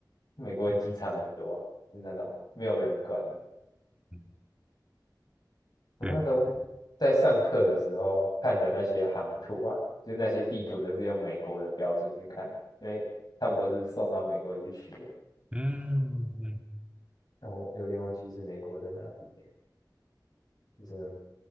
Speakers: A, on the left; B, on the right.
A: 美国的机场很多啊，就是那种没有人管的。
B: <laughs>
A: 我那时候
B: 对，
A: 在上课的时候看的那些航图啊，就是那些地图都是用美国的标准去看，因为他们都是送到美国去学。
B: 嗯。嗯
A: 然有点忘记是美国在哪里，就真的